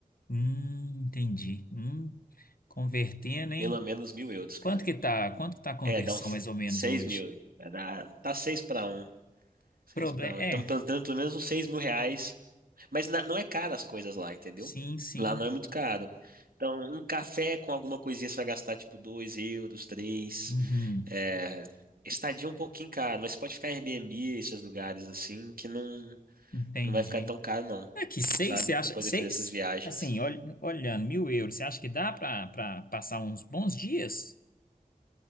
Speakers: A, on the left; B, on the right.
A: Hum, entendi. Hum, convertendo, hein?
B: Pelo menos mil euros, cara.
A: Quanto que tá? Quanto que tá a conversão
B: É, dá uns
A: mais ou menos
B: seis
A: hoje?
B: mil. É, dá, dá seis pra um. Seis
A: Problema.
B: pra um.
A: É,
B: Então, pelo, tanto, pelo menos uns seis mil reais. Mas na- não é caro as coisas lá, entendeu?
A: sim, sim.
B: Lá não é muito caro. Então, um café com alguma coisinha você vai gastar tipo dois euros, três.
A: Uhum,
B: É, estadia é um pouquinho caro, mas pode ficar em Airbnb, esses lugares assim, que não,
A: entendi.
B: não vai ficar tão caro, não.
A: É que seis,
B: Sabe?
A: você acha?
B: Pra poder
A: Seis,
B: fazer essas viagens.
A: assim, olh- olhando, mil euros, você acha que dá para para passar uns bons dias?